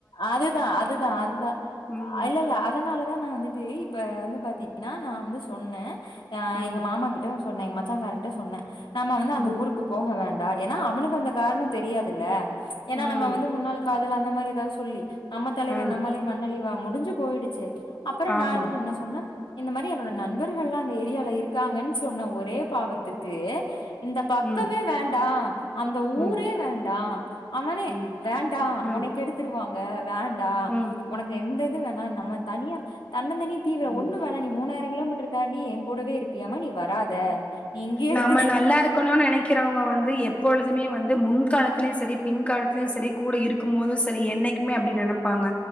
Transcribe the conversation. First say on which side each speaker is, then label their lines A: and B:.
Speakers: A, on the left; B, on the left.
A: அதுதா அதுதா அதுதா
B: ம்
A: இல்ல இல்ல அது அதனாலதா நா வந்துட்டு இப்ப வந்து பாத்தீங்கன்னா நா வந்து சொன்னே அ
B: ம்
A: எங்க மாமா கிட் டயு சொன்னே எங்க மச்சாங்காரகிட்டயு சொன்னே நம்ம வந்து அந்த
B: ம்
A: ஊருக்கு போக வேண்டா ஏன்னா அவனுக்கு அந்த காரணம் தெரியாதுல்ல ஏன்னா
B: ம்
A: நம்ம வந்து முன்னாள் காதல் அந்த மாரி ஏதாவது சொல்லி நம்ம தலையில
B: ஆ
A: நம்மளே மண்ணல்லிவா முடிஞ்சு போயிடுச்சு அப்பறோ
B: ஆமா
A: நா வந்துட்டு என்ன சொன்னே இந்த மாரி என்னோட நண்பர்கள்லா அந்த ஏரியால இருக்காங்கன்னு சொன்ன ஒரே பாவத்துக்கு இந்த பக்கமே
B: ம்
A: வேண்டா அந்த
B: ம்
A: ஊரே வேண்டா அவனே
B: ம்
A: வேண்டா
B: ம்
A: ஒன்னைய கெடுத் துருவாங்க வேண்டா
B: ம்
A: ஒனக்கு எந்த இது வேணா நம்ம தனியா தன்னந்தனி தீ
B: ம்
A: ஒண்ணு வேணா நீ மூணாயிரோ கிலோமீட்டர் தாண்டி என் கூடவே இருப்பியமா நீ வராத நீ இங்கேயே இருந்துக்க
B: நம்ம நல்லா இருக்கணும்னு நெனைக் வங்க வந்து எப்பொழுதுமே வந்து முன்காலத்திலியு சரி பின் காலத்திலியு சரி கூட இரு க்கும் போது சரி என்னைக்குமே அப்டி நெனப்பாங்க